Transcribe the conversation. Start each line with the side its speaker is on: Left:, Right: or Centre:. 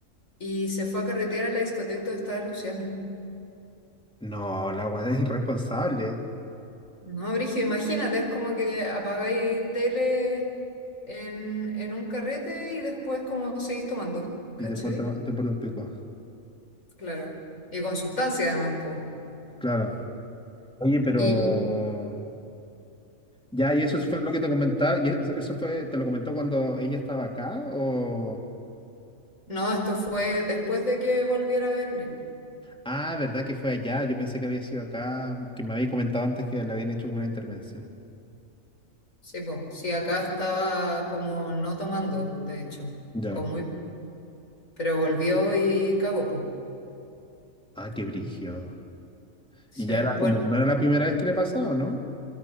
Left: y se fue a carretear a la discoteca donde estaba Luciano.
Centre: No, la guada es irresponsable.
Left: No, Brigio, imagínate, es como que apagáis tele en, en un carrete y después, como seguís tomando, ¿cachai?
Centre: Y te porta, te porta un pico.
Left: Claro. Y con sustancia, además, pues.
Centre: Claro. Oye, pero...
Left: Y.
Centre: Ya, y eso fue lo que te comentaba. ¿Y eso fue, te lo comentó cuando ella estaba acá o...?
Left: No, esto fue después de que volviera a Berlín.
Centre: Ah, ¿verdad que fue allá? Yo pensé que había sido acá, que me había comentado antes que le habían hecho como una intervención.
Left: Sí, pues, sí, acá estaba como no tomando, de hecho,
Centre: Ya.
Left: o muy, pero volvió y cagó, pues.
Centre: Ah, qué brigio.
Left: Sí,
Centre: Y ya era
Left: bueno,
Centre: como, no era la primera vez que le pasaba, ¿no?